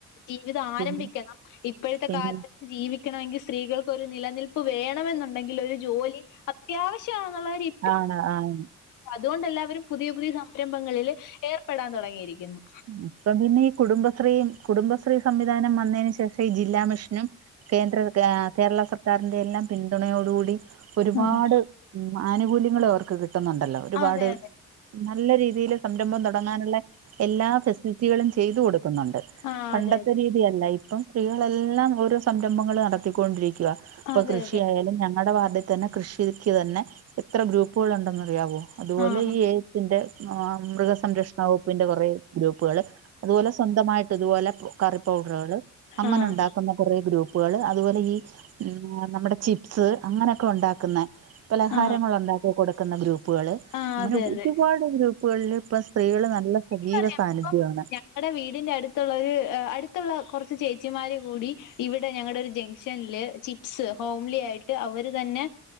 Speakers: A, on the left; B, on the right.
A: ജീവിതം
B: പിന്നെ
A: ആരംഭിക്കണം ഇപ്പഴ്ത്തെ
B: പിന്നെ
A: കാല ജീവിക്കെണെമെങ്കി സ്ത്രീകൾക്കാെരു നിലനിൽപ്പ് വേണമെന്നുണ്ടെങ്കിൽ ഒരു ജോലി അ അത്യാവശ്യമാന്നുള്ള രി
B: ആഹ് ആഹ്
A: അത്കൊണ്ട് എല്ലാവരും പുതിയ പുതിയ സംരംഭങ്ങളില് ഏർപ്പെടാൻ തൊടങ്ങിയിരിക്കുന്നു
B: ഇപ്പം പിന്നെ ഈ കുടുംബശ്രീം കുടുംബശ്രീ സംവിധാനം വന്നേയ്ന് ശേഷം ഈ ജില്ലാ മിഷനും കേന്ദ്ര ആഹ് കേരെള സർക്കാരിന്റെ എല്ലാം പിന്തുണയോടു കൂടി ഒരുപാട്
A: ആഹ്
B: ഉം ആനുകൂല്യങ്ങളും അവർക്ക് കിട്ടുന്നുണ്ടല്ലോ ഒരുപാട്
A: അതെ അതെ
B: നല്ല രീതിയില് സംരംഭം താെടങ്ങാനുള്ളെ എല്ലാ ഫെസിലിറ്റികളും ചെയ്ത് കൊട്ക്കുന്നുണ്ട്
A: ആഹ്
B: പണ്ടത്തെ
A: അതെ അതെ
B: രീതിയല്ല ഇപ്പം സ്ത്രീകെളെല്ലാം ഓരോ സംരംഭങ്ങള് നടത്തിക്കൊണ്ടിരിക്കുവാ ഇപ്പം
A: അതെ
B: കൃഷിയായാലും
A: അതെ
B: ഞങ്ങടെ വാർഡിതന്നെ കൃഷിക്ക് തന്നെ എത്രെ ഗ്രൂപ്പുകളുണ്ടെന്നറിയാവോ അത്പോലെ
A: ആഹ്
B: ഈ ഏയ്സിന്റെ മൃഗസംരക്ഷണ വകുപ്പിന്റെ കൊറേ ഗ്രൂപ്പുകള് അത്പോലെ സ്വന്തമായിട്ട് ഇത്പോലെ കറി പൗഡറ്കള് അങ്ങെനെണ്ടാക്കുന്ന
A: ആഹ്
B: കാെറേ ഗ്രൂപ്പ്കള് അ ത്പോലെ ഈ ഉം നമ്മടെ ചിപ്സ് അങ്ങനൊക്കെ ഒണ്ടാക്കുന്നെ പലഹാരങ്ങളുണ്ടാ
A: ആഹ്
B: ക്കി കൊട്ക്ക്ന്ന ഗ്രൂപ്പുകള്
A: ആഹ്
B: അങ്ങെനെ
A: അതെ
B: ഒരുപാട്
A: അതെ
B: ഗ്രൂപ്പുകൾലിപ്പം സ്ത്രീകള് നല്ല സജീവ
A: <unintelligible> റിയപ്പം
B: സാന്നിധ്യമാണ്
A: <unintelligible> ങ്ങെടെ വീടിന്റെ അട്ത്ത്ള്ളൊര് അ അട്ത്തുള്ള കാെറച്ച് ചേച്ചിമാര് കൂടി ഇവിടെ ഞങ്ങെടാെര് ജെഗ്ഷൻല് ചിപ്സ് ഹോംലി ആയ്ട്ട് അവര് തന്നെ